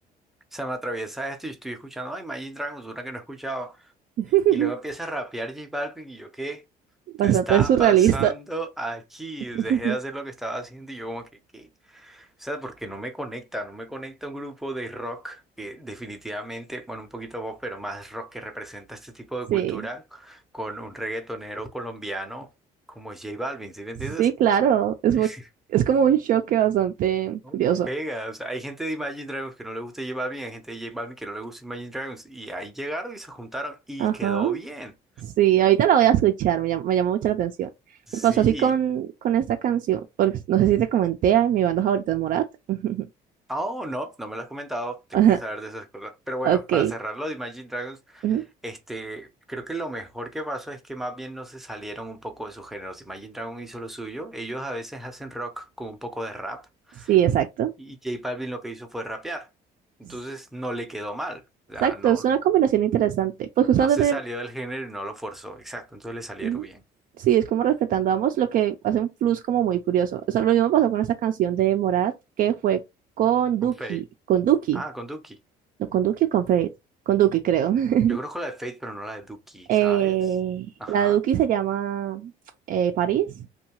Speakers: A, in the centre; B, on the right.
A: se me atraviesa esto y estoy escuchando, ay, Imagine Dragons, una que no he escuchado,
B: <laughs>
A: y luego empieza a rapear J Balvin y yo, ¿qué? ¿Te
B: Bastante
A: está
B: surrealista.
A: pasando aquí?
B: <laughs>
A: Dejé de hacer lo que estaba haciendo y yo como que, ¿qué? O sea, porque no me conecta, no me conecta un grupo de rock que definitivamente, bueno, un poquito pop, pero más rock que representa este tipo
B: Sí,
A: de cultura con un reggaetonero colombiano como es J Balvin, ¿sí me entiendes?
B: sí, claro. Es,
A: <laughs>
B: mu- es como un choque bastante
A: ¿no?
B: curioso.
A: Pega, o sea, hay gente de Imagine Dragons que no le gusta J Balvin, hay gente de J Balvin que no le gusta Imagine Dragons, y ahí llegaron y se juntaron y
B: Ajá.
A: quedó bien.
B: Sí, ahorita la voy a escuchar, me llam- me llamó mucho la atención.
A: Sí.
B: Me pasó así con, con esta canción, porque no sé si te comenté, ah, mi banda favorita es Morat. <laughs>
A: Oh, no, no me lo has comentado, tengo
B: Ajá,
A: que saber de esas cosas. Pero bueno,
B: Ok.
A: para cerrar lo de Imagine Dragons.
B: ujú,
A: Este, creo que lo mejor que pasó es que más bien no se salieron un poco de sus géneros. Si Imagine Dragon hizo lo suyo, ellos a veces hacen rock con un poco de rap
B: Sí, exacto.
A: y J Balvin lo que hizo fue rapear. Entonces
B: S-
A: no le quedó mal. O
B: Exacto,
A: sea, no,
B: es una combinación interesante. Pues justamente
A: no se salió del género y no lo forzó. Exacto, entonces le salieron
B: Ujú.
A: bien.
B: Sí, es como respetando a ambos, lo que hace un plus como muy curioso. Eso lo mismo pasó con esta canción de Morat, que fue con
A: Con
B: Duki,
A: Fate.
B: con Duki,
A: Ah, con Duki.
B: no con Duki o con Feid, con Duki creo. <laughs>
A: Yo conozco la de Fate, pero no la de Duki,
B: Eh,
A: ¿sabes? Ajá.
B: la Duki se llama eh, París